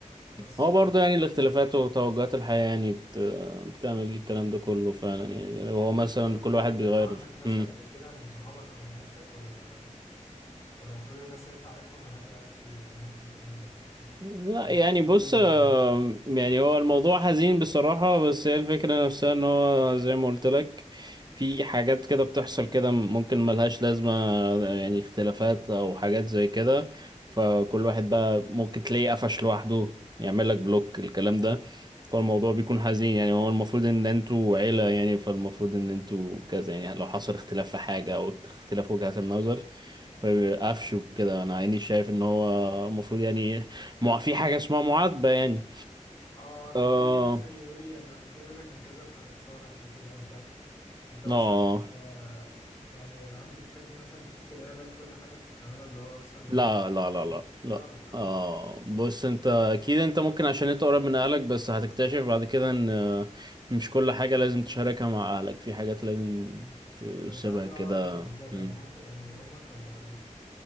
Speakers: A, on the left; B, on the right.
A: بس
B: هو برضه يعني الاختلافات وتوجهات الحياة يعني بت... بتعمل الكلام ده كله فعلا يعني لو هو
A: في ناس
B: مثلا
A: برضو
B: كل واحد
A: بعدوا
B: بيغير
A: عنك مثلا
B: امم
A: قبل كده من صحابك او من عيلتك ولا ولا كل الناس اللي انت عارفهم لحد دلوقتي كونكتد كن يعني
B: لا
A: متصل
B: يعني بص
A: بيهم
B: آه،
A: يعني
B: يعني هو الموضوع حزين بصراحة بس هي الفكرة نفسها ان هو زي ما قلت لك في حاجات كده بتحصل كده ممكن ملهاش لازمة يعني اختلافات او حاجات زي كده فكل واحد بقى ممكن تلاقيه قفش لوحده يعمل لك بلوك الكلام ده فالموضوع بيكون حزين يعني هو المفروض ان انتوا عيلة يعني فالمفروض ان انتوا كذا يعني لو حصل اختلاف في حاجة او اختلاف وجهات النظر فبيبقى قفش وكده انا عيني شايف ان هو المفروض يعني ما في حاجة اسمها معاتبة يعني
A: اه ان
B: اه
A: هو يجي مثلا يقول لي انا متضايق منك من كذا فنتصالح وكده انت انت مثلا
B: اه
A: آه، يعني هل بتحب مثلا تحكي لاهلك كل حاجه انت بتعملها اللي هو مثلا لما
B: لا
A: تعمل
B: لا لا لا
A: كده
B: لا
A: ولا
B: اه بص انت اكيد انت ممكن عشان انت قريب من اهلك بس هتكتشف بعد كده ان آه، مش كل حاجة لازم تشاركها مع اهلك في حاجات لازم تسيبها
A: طب انت يعني
B: كده
A: اقرب بالنسبه لك
B: مم.
A: مامتك يعني امك ولا ابوك